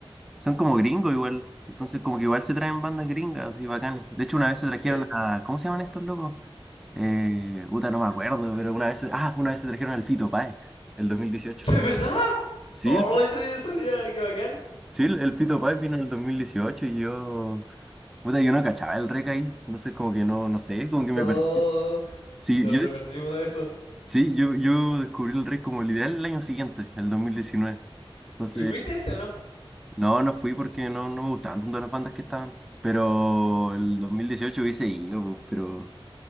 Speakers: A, in the centre; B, on the left.
A: Son como gringos igual. Entonces, como que igual se traen bandas gringas y bacanes. De hecho, una vez se trajeron
B: ¿Sí?
A: a. ¿Cómo se llaman estos locos? Eh, puta, no me acuerdo, pero una vez. se- Ah, una vez se trajeron al Fito Páez, el 2018.
B: <laughs> ¿De verdad?
A: Sí,
B: Oh,
A: el,
B: eso yo no sabía, qué bacán.
A: sí, el el Fito Páez vino en el 2018 y yo. Puta, yo no cachaba el rec ahí. Entonces, como que no, no sé, como que
B: No,
A: me perdí. Sí,
B: nos
A: yo
B: revertimos eso.
A: Sí, yo, yo descubrí el rey como literal el año siguiente, el 2019. Entonces,
B: ¿Y fuiste ese o no?
A: no, no fui porque no, no me gustaban tanto las bandas que estaban. Pero el 2018 hubiese ido, pero,